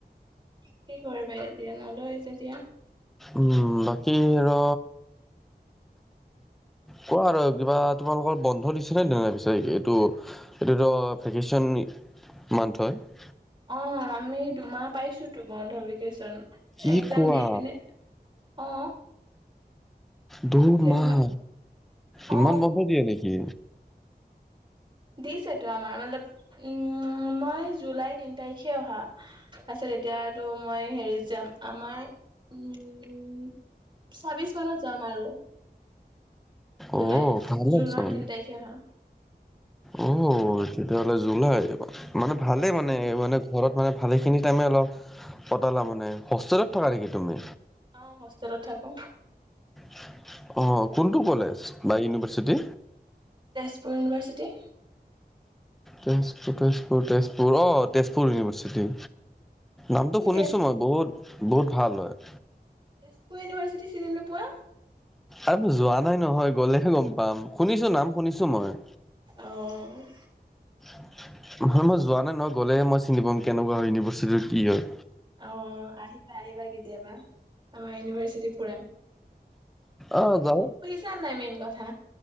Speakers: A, on the right; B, in the centre.
A: কি কৰিবা এতিয়া, নলয় যেতিয়া।
B: উম, বাকী আৰু কোৱা আৰু কিবা, তোমালোকৰ বন্ধ দিছে নে পিছে এইটো এইটোতো ভেকেশচন, মান্থ হয়।
A: অ', আমি দুমাহ পাইছোতো বন্ধ ভেকেশ্যন,
B: কি
A: এক্জাম
B: কোৱা
A: দি পিনে। অ
B: দুমাহ,
A: কিয় তোমাৰ
B: ইমান
A: অ
B: বন্ধ দিয়ে নেকি?
A: দিছেতো আমাৰ, মতলপ উম, মই জুলাই তিন তাৰিখে অহা। তাৰ পিছত এতিয়াটো মই হেৰিত যাম আমাৰ উম, ছাব্বিশ মানত যাম আৰু। জুলাই
B: অ ভালেচোন
A: জুনৰ তিন তাৰিখে অহা।
B: অ, তেতিয়াহ'লে জুলাই মানে ভালে মানে
A: উম
B: মানে ঘৰত মানে, ভালেখিনি টাইমে অলপ কতালা মানে হোষ্টেলত থকা নেকি তুমি?
A: অ, হোষ্টেলত থাকো।
B: <inaudible> অ, কোনটো কলেজ বা ইউনিভাৰ্চিটি?
A: তেজপুৰ ইউনিভাৰ্চিটি।
B: তেজপুৰ-তেজপুৰ-তেজপুৰ অ, তেজপুৰ ইউনিভাৰ্চিটি। নামটো
A: তুমি
B: শুনিছো
A: তেজ
B: মই বহুত-বহুত ভাল হয়।
A: তেজপুৰ ইউনিভাৰ্চিটি চিনি নোপোৱা?
B: আৰু যোৱা নাই নহয়। গলেহে গম পাম শুনিছো নাম শুনিছো মই।
A: অ',
B: <inaudible> নহয় মই যোৱা নাই নহয় গ'লে মই চিনি পাম কেনেকুৱা হয়, ইউনিভাৰ্চিটিটো কি হয়?
A: অ, আহিবা-আহিবা কেতিয়াবা আমাৰ ইউনিভাৰ্চিটি ফুৰাম।
B: অ <unintelligible>
A: জান নাই মেইন কথা,